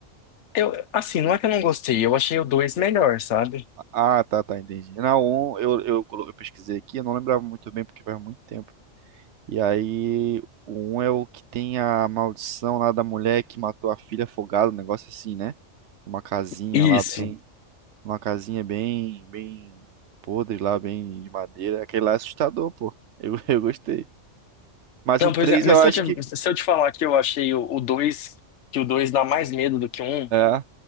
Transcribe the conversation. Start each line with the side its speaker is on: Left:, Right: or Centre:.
Left: eu, assim, não é que eu não gostei, eu achei o 2 melhor, sabe?
Right: Ah, tá, tá, entendi. Não, um eu, eu, colo- eu pesquisei aqui, eu não lembrava muito bem porque faz muito tempo. E aí, o um é o que tem a maldição lá da mulher que matou a filha afogada, um negócio assim, né? Uma casinha
Left: Isso.
Right: lá bem. Uma casinha bem. bem podre lá, bem de madeira. Aquele lá é assustador, pô. Eu, <laughs> eu gostei. Mas
Left: Não,
Right: o 3
Left: pois é, mas
Right: eu acho
Left: se eu te,
Right: que.
Left: se eu te falar que eu achei o 2 que o 2 dá mais medo do que o 1,
Right: É,